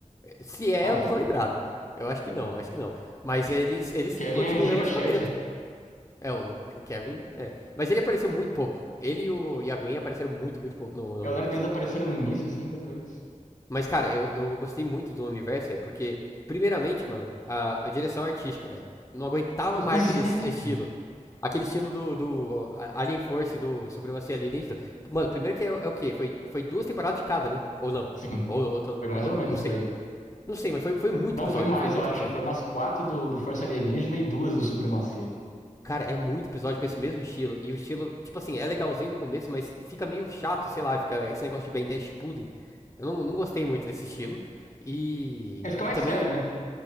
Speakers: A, on the left; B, on the left.
A: Se é,
B: Ah,
A: eu não
B: é?
A: tô lembrado. Eu acho que não, eu acho que não. Mas eles, eles
B: Kevin
A: continuam
B: é Giga
A: o relacionamento.
B: Shed.
A: É, o, o Kevin. É. Mas ele apareceu muito pouco. Ele e, o, e a Gwen apareceram muito, muito pouco no, no
B: Eu
A: universo.
B: lembro que eles apareceram no início, assim, depois.
A: Mas, cara, eu, eu gostei muito do universo, velho, porque, primeiramente, mano, a, a direção artística, velho. Não aguentava mais
B: Pois
A: aquele
B: é,
A: es-
B: cara.
A: estilo. Aquele estilo do, do a- Alien Force, do Supremacia Alienígena. Mano, primeiro que é, é o quê? Foi, foi duas temporadas de cada, né? Ou não?
B: Sim,
A: Ou, ou tô,
B: foi
A: tô
B: mais
A: maluco?
B: ou menos
A: Eu não sei.
B: isso aí.
A: Não sei, mas foi, foi muito
B: Não,
A: episódio.
B: foi mais,
A: Foi muito
B: eu acho.
A: episódio.
B: Foi umas quatro do, do Força Alienígena e duas do Supremacia.
A: Cara, é muito episódio com esse mesmo estilo. E o estilo, tipo assim, é legalzinho no começo, mas fica meio chato, sei lá, fica esse negócio de Ben 10 pudding. Eu não, não gostei muito desse estilo. E,
B: Ele fica
A: e
B: mais
A: também,
B: sério, né?